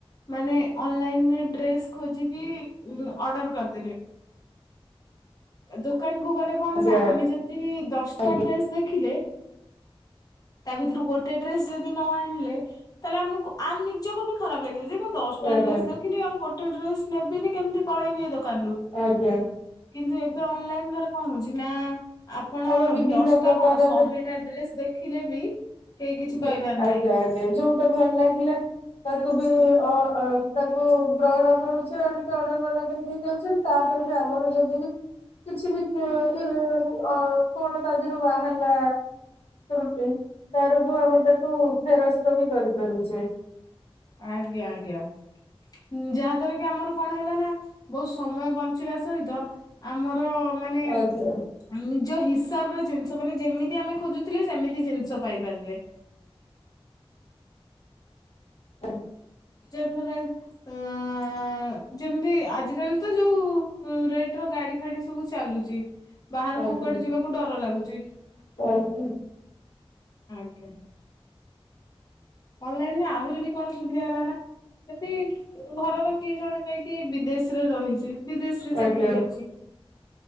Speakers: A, on the left; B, on the left.
A: ମାନେ ଅନଲାଇନ ରେ ଡ୍ରେସ୍ ଖୋଜିକି ଉଁ ଅର୍ଡ଼ର କରିଦେଲେ। ଦୋକାନକୁ ଗଲେ କଣନା
B: ଆଜ୍ଞା
A: ଆମେ ଯଦି ଦଶଟା
B: ଆଜ୍ଞା
A: ଡ୍ରେସ୍ ଦେଖିଲେ। ତା ଭିତରୁ ଗୋଟେ ଡ୍ରେସ୍ ଯଦି ନଆଣିଲେ ତାହେଲେ ଆମକୁ ଆନ ନିଜକୁବି ଖରାପ୍ ଲାଗିବ ଯେ ଦଶଟା
B: ଆଜ୍ଞା
A: ଡ୍ରେସ୍ ଦେଖିଲି ଆଉ ଗୋଟେ ଡ୍ରେସ୍ ନେବିନି କେମିତି ପଳେଇବି ଏଦୋକାନରୁୁ।
B: ଆଜ୍ଞା।
A: କିନ୍ତୁ ଏବେ ଅନଲାଇନ୍ ଦ୍ଵାରା କଣ ହଉଚି ନା। ଆପଣ
B: ଆମେ ବିଭିନ୍ନ
A: ଦଶଟା
B: ପ୍ରକାରର
A: କଣ ଶହେଟା ଡ୍ରେସ୍ ଦେଖିଲେ ବି କେହି କିଛି
B: ଯ
A: କହିବାର
B: ଆଜ୍ଞା
A: ନାହିଁ
B: ଆଜ୍ଞା ଯୋଉଟା ଭଲ ଲାଗିଲା ତାକୁ ବି ଅ ତାକୁ ଗ୍ରହଣ କରୁଛେ ଆଣିକ ଅର୍ଡର ବାଲା ଦେଇଦେଇ ଯାଉଛନ୍ତି। ତାପରେବି ଆମର ଯଦିବି କିଛିବି ଇ କଣ ତା ଦେହରୁ ବାହାରଲା ରୁଟି ତାରବୁ ଆମେ ତାକୁ ଫେରସ୍ତବି କରିପାରୁଛେ।
A: ଆଜ୍ଞା ଆଜ୍ଞ। ଉଁ ଯାହା ଦ୍ଵାରାକି ଆମର କଣ ହେଲାନା ବହୁତ୍ ସମୟ ବଞ୍ଚିବା ସହିତ ଆମର ମାନେ
B: ଆଜ୍ଞା
A: ନିଜ ହିସାବରେ ଜିନିଷ ମାନେ ଯେମିତି ଆମେ ଖୋଜୁଥିଲେ ସେମିତି ଜିନିଷ ପାଇପାରିଲେ।
B: <unintelligible>
A: ଯାହା ଦ୍ୱାରା ଅ ଆ ଯେମିତି ଆଜିକାଲିତ ଯୋଉ ରେଟର ଗାଡ଼ି ଫାଡ଼ି ସବୁ ଚାଲୁଚି। ବାହାରକୁ
B: ଆଜ୍ଞା
A: କୁଆଡ଼େ ଯିବାକୁ ଡର ଲାଗୁଚି।
B: <unintelligible>
A: ଆଜ୍ଞା। ଅନଲାଇନରେ ଆହୁରିବି କଣ ସୁବିଧା ହେଲାନା ହେଟି ଘରବା କିଏ ଜଣେ ଯାଇକି ବିଦେଶରେ ରହିଚି ବିଦେଶରେ ଚାକିରୀ
B: ଆଜ୍ଞା ଆଜ୍ଞା
A: କରିଚି।